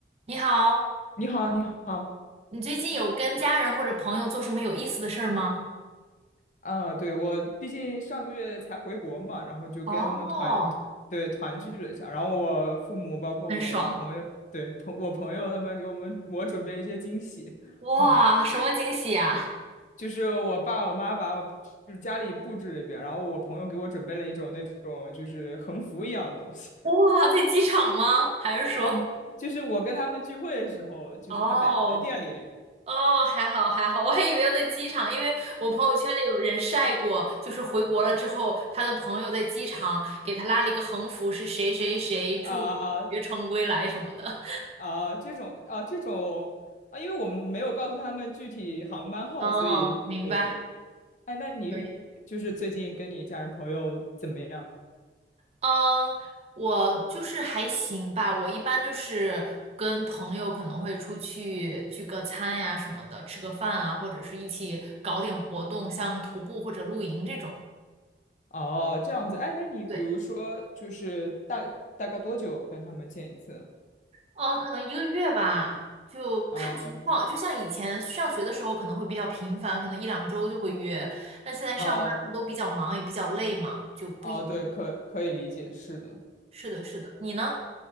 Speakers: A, on the right (about 35°); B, on the left (about 45°).
A: 你好，
B: 你好，你好，
A: 你最近有跟家人或者朋友做什么有意思的事儿吗？
B: 啊，对，我毕竟上个月才回国嘛，然后就跟他们团团对团聚了一下，
A: 哦，
B: 然后我父母包括我朋友，
A: 很爽。
B: 对朋我朋友他们给我们我准备了一些惊喜，
A: 哇，
B: <laughs>
A: 什么惊喜呀？
B: 就是我爸我妈把我就是家里布置了一遍，然后我朋友给我准备了一种那种就是横幅一样的东西，
A: 哇，在机场吗？还是说？
B: <laughs> 嗯，就是我跟他们聚会的时候，就是他摆在店里那个。
A: 哦哦，还好还好，我还以为要在机场，因为我朋友圈里有人晒过，就是回国了之后，他的朋友在机场给他拉了一个横幅，是谁谁谁祝你学成归来什么的。
B: 啊啊，这种啊，这种啊，因为我们没有告诉他们具体航班号，
A: 哦，
B: 所以对对。
A: 明白。
B: 哎，那你就是最近跟你家人朋友怎么样？
A: 对嗯，我就是还行吧。我一般就是跟朋友可能会出去聚个餐呀什么的，吃个饭啊，或者是一起搞点活动，像徒步或者露营这种。
B: 哦，这样子。哎，那你比如说就是大大概多久跟他们见一次？
A: 对，呃，可能一个月吧，就看情况。
B: 啊
A: 就像以前上学的时候，可能会比较频繁，可能一两周就会约。但现在上班了都比较忙，
B: 哦
A: 也比较累嘛，就不一定。
B: 哦，对，可可以理解，是的。
A: 是的，是的。你呢？